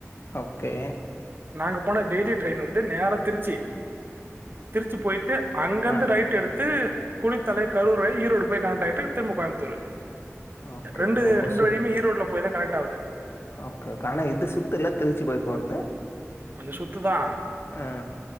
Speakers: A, on the left (about 50°); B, on the right (about 45°).
A: ஓகே
B: நாங்க போன டெய்லி ட்ரெயின் வந்து நேரா திருச்சி திருச்சி போயிட்டு அங்கந்து
A: ஆ
B: ரைட் எடுத்து குளித்தலை கருரை ஈரோடு போய் கரெக்டான டைதுக்கு திரும்ப கோயம்புத்தூரு
A: ஓகே
B: ரெண்டு
A: ஓகே ரொம்ப
B: ரெண்டு
A: சுத்
B: வழியுமே ஈரோடு்ல போய் தா கனெக்ட் <unintelligible>
A: ஓகே ஓகே ஆனா இது சுத்து இல்ல திருச்சு போய் போறது
B: கொஞ்ச சுத்துதான்
A: ஆ